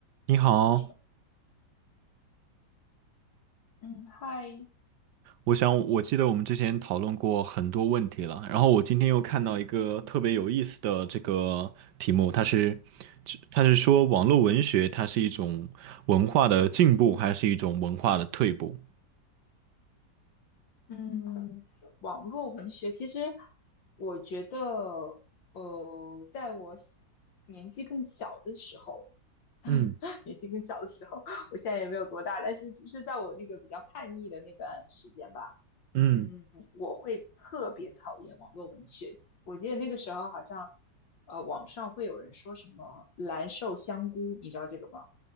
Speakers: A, on the right; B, on the left.
A: 你好，
B: 开始吧。嗯，嗨，
A: 我想我记得我们之前讨论过很多问题了，然后我今天又看到一个特别有意思的这个题目，它是，它是说网络文学它是一种文化的进步还是一种文化的退步？
B: 嗯，网络文学其实我觉得，呃，在我小年纪更小的时候，<laughs>
A: 嗯
B: 年纪更小的时候，我现在也没有多大，但是是在我那个比较叛逆的那段时间吧，
A: 嗯，
B: 嗯，我会特别讨厌网络文学。我记得那个时候好像，呃，网上会有人说什么“蓝瘦香菇”，你知道这个吗？